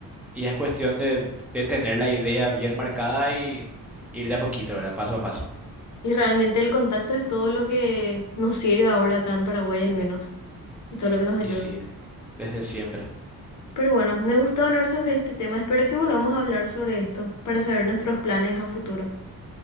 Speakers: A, in the centre; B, on the left.
A: y es cuestión de, de tener la idea bien marcada y ir de a poquito, ¿verdad? Paso a paso.
B: Y realmente el contacto es todo lo que nos sirve ahora acá en Paraguay, al menos, es todo lo que nos ayuda.
A: Y sí, desde siempre.
B: Pero bueno, me gusta hablar sobre este tema, espero que volvamos a hablar sobre esto para saber nuestros planes a futuro.